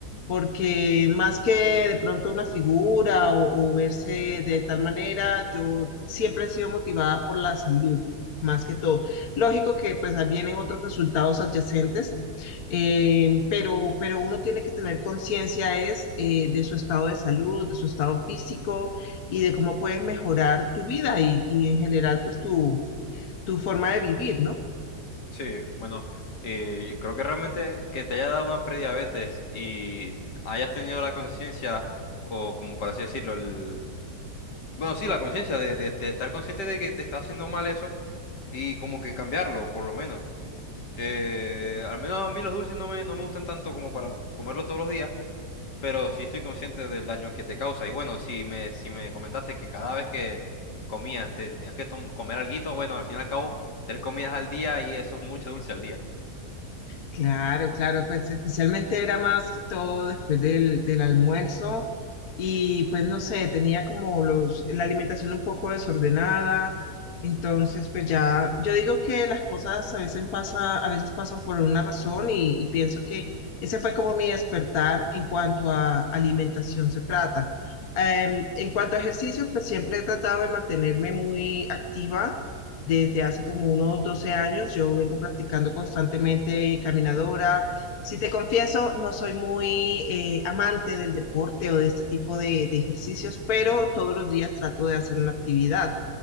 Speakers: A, on the left (about 65°); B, on the left (about 80°).
A: Porque más que de pronto una figura o, o verse de tal manera, yo siempre he sido motivada por la salud, más que todo. Lógico que pues ahí vienen otros resultados adyacentes, eh, pero, pero uno tiene que tener conciencia es eh, de su estado de salud, de su estado físico y de cómo puedes mejorar tu vida y, y en general pues tu tu forma de vivir, ¿no?
B: Sí, bueno, eh, yo creo que realmente que te haya dado una prediabetes y hayas tenido la conciencia, o como por así decirlo, el... Bueno, sí, la conciencia de, de de estar consciente de que te está haciendo mal eso y como que cambiarlo, por lo menos. Eh, al menos a mí los dulces no me, no me gustan tanto como para tu- comerlo todos los días, pero sí estoy consciente del daño que te causa. Y bueno, si me, si me comentaste que cada vez que comías te tenías que tom- comer alguito, bueno, al fin y al cabo, tres comidas al día y eso es mucho dulce al día.
A: Claro, claro, pues especialmente era más que todo después del, del almuerzo y pues no sé, tenía como los, la alimentación un poco desordenada, entonces pues ya, yo digo que las cosas a veces pasa, a veces pasan por una razón y, y pienso que ese fue como mi despertar en cuanto a alimentación se trata. Em, en cuanto a ejercicios, pues siempre he tratado de mantenerme muy activa Desde hace como unos 12 años yo vengo practicando constantemente caminadora. Si te confieso, no soy muy eh, amante del deporte o de este tipo de, de ejercicios, pero todos los días trato de hacer una actividad.